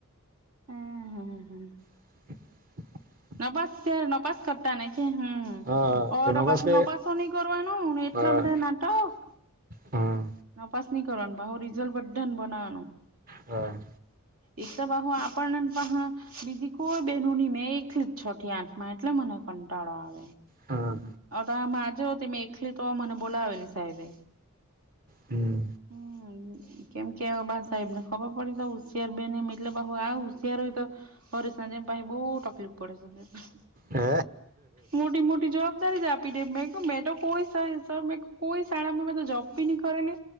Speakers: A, on the right (about 75°); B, on the right (about 40°).
A: હમ હમ હા.
B: <inaudible>
A: નપાસ નપાસ કરતા નને કે હમ.
B: હા હા
A: ઓડર
B: તો નવાસ
A: પાછું
B: કે
A: નપાસો નહી કરવાનું એટલા
B: હા
A: બધા નાટક.
B: હા.
A: ના પાસ નહી કરવાનું ભાવ રિઝલ્ટ બધા ને બનાવવાનું.
B: હા.
A: એક તો બાહુ આપણને બીજી કોઈ, બનો નહી મેં એક એકલી છોટી આંઠ માં એટલે મને કંટાળો આવે.
B: હ હા.
A: અ માજ હોતી મેં એકલી તો મને બોલાવેલી સાહેબે.
B: હમ
A: હમ. કેમ કે આ બાસ સાહેબને ખબર પડી તો ઉશિયાર બેન મીલે બાહુ આ ઉશિયાર હોય તો હરે સા જેમ ભ બહ તકલીફ પડે છે,
B: હે
A: મોટી મોટી જ તારી જ આપી દે મેં મેં તો કોઈ સર મે કોઈ શાળામાં મેં તો જબ બી નહી કરેલી.